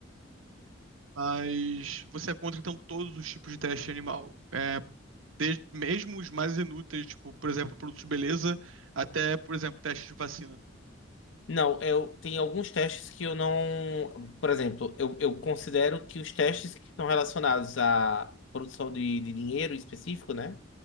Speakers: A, on the right (about 85°); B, on the left (about 65°).
A: Mas você é contra, então, todos os tipos de teste animal. É, desde, mesmo os mais inúteis, tipo, por exemplo, produtos de beleza, até, por exemplo, teste de vacina.
B: Não, eu, tem alguns testes que eu não. Por exemplo, eu, eu considero que os testes que estão relacionados à produção de, de dinheiro específico, né?